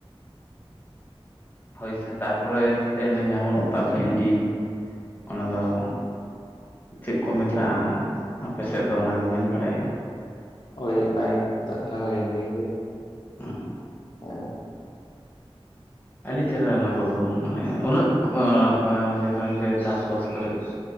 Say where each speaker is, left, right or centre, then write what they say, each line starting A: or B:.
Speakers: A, on the left (about 20°); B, on the left (about 55°).
A: ᱦᱳᱭ ᱥᱮ, ᱛᱟᱨᱯᱚᱨᱮ ᱮᱱᱮ, ᱡᱟᱦᱟᱸ ᱵᱚᱱ ᱢᱮᱛᱟᱜᱼᱟ ᱵᱷᱮᱱᱰᱤ, ᱚᱱᱟ ᱫᱚ ᱾ ᱪᱮᱫ ᱠᱚ ᱢᱮᱛᱟᱜᱼᱟ? ᱟᱯᱮ ᱥᱮᱫ ᱫᱚ ᱚᱱᱟᱜᱮ ᱵᱟᱹᱧ ᱵᱟᱲᱟᱭᱟ ᱾
B: ᱦᱳᱭ, ᱚᱱᱟ ᱜᱮ ᱠᱚ ᱢᱮᱛᱟᱜ ᱠᱟᱱᱟ, ᱵᱷᱮᱱᱰᱤ ᱜᱮ,,
A: ᱦᱮᱸ
B: ᱦᱮᱸ ᱾
A: ᱟᱹᱰᱤ ᱪᱮᱦᱨᱟ ᱚᱱᱟ ᱠᱚᱫᱚ, ᱢᱟᱱᱮ ᱩᱱᱟᱹᱜ ᱠᱚᱸ <unintelligible> ᱼᱚᱸᱡᱟᱜᱟ ᱨᱮᱞᱮ ᱪᱟᱥᱵᱟᱥ <unintelligible> ᱠᱚᱨᱮᱫ ᱾